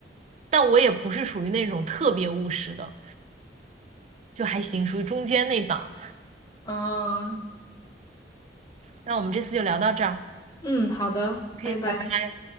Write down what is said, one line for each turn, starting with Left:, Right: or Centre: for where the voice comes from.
Right: 但我也不是属于那种特别务实的，就还行，属于中间那档。
Left: 啊，
Right: 那我们这次就聊到这儿
Left: 嗯，好的，
Right: ，OK，
Left: 拜拜。
Right: 拜拜。